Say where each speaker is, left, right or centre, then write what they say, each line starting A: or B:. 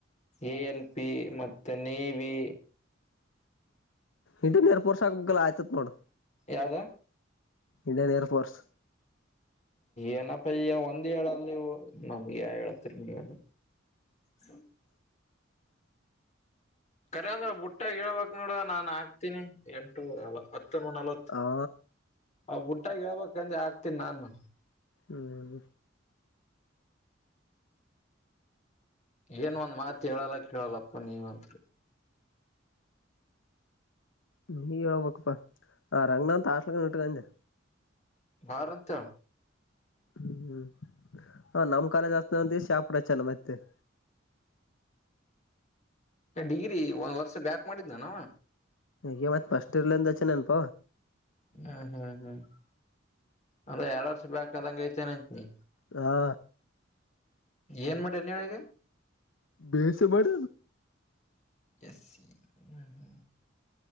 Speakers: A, on the left; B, on the left.
A: ಎ ಎಲ್ ಪಿ ಮತ್ತೆ ನೇವಿ
B: ಇಟನ್ ಎಏರ್ಪೋರ್ ಶಾಕ ಬಗ್ಗೆಲ್ಲ ಆಯತತ್ ನೋಡ
A: ಯಾವ್ದ
B: ಇಂಡಿಯನ್ ಏರ್ಫೋರ್ಸ್
A: ಏನಪ್ಪ ಒಂದ್ ಹೇಳಲ್ ನೀವು ನಮ್ಗೆ ಹೇಳ್ತಿರಿ ನೀ ಹ್ಮ ಖರಿ ಅಂದ್ರ ಬುಟ್ಟ ಹೇಳ್ಬಕ್ ನೋಡುವ ನಾನ್ ಹಾಕ್ತೀನಿ ಎಂಟು ನಲ್ವತ್ತು
B: ಆ
A: ಆ ಬುಟ್ಟಾಗ ಹೇಳ್ಬೇಕಂದೆ ಆಗ್ತನಿ ನಾನು
B: ಹ್ಮ್
A: ಏನ್ ಒಂದ್ ಮಾತ್ ಹೇಳಲ್ಲ ಕೇಳಲ್ಲಪ್ಪ ನೀವಂತ
B: ನೀ ಹೇಳಳ್ಬೇಕಪ್ಪಾ ಆ ರಂಗನಾಂತ ಆಾಟ್ಕ್ಕ ನಟಕಂದೆ
A: ಮಾರಂತ
B: ಹ್ಮ್್ಮ್ ಹ ನಮ್ ಕಾಲಜಸ್ತಂತ ಶಾಪುರ ಚೆನ್ನ ಮತ್ತ ಡ್ನ
A: ಡಿಗ್ರಿ ಒಂದ್ ವರ್ಷ ಬ್ಯಾಕ್ ಮಾಡಿದ್ನಾನ
B: ಹಗೆ ಮತ್ತತ್ ಪಫಸ್ಟ್ ಇರ್ಲಂದಚೆ ನೆನ್ಪ
A: ಹ್ಮ್ ಹ್ಮ್ ಹ್ಮ್ ಅಂದ್ರೆ ಎರಡ್ ವರ್ಷ ಬಕ್ದಂಗ ಐತೆೇನೆಂತ ನೀ
B: ಹಾ
A: ಏನ್ ಮಾಡಿ ನೀಳಗೆ
B: ಭೇಸ ಬಡ
A: ಎಸ್ಸ ಹ್ಮ ಹ್ಮ್